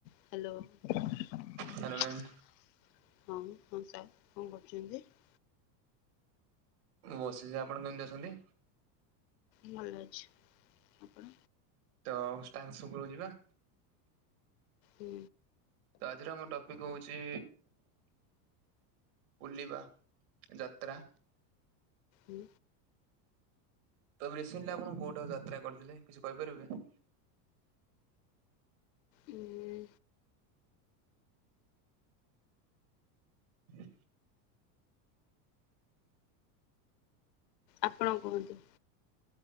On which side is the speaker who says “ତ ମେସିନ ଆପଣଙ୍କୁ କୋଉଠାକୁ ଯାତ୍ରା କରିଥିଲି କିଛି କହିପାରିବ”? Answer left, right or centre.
Right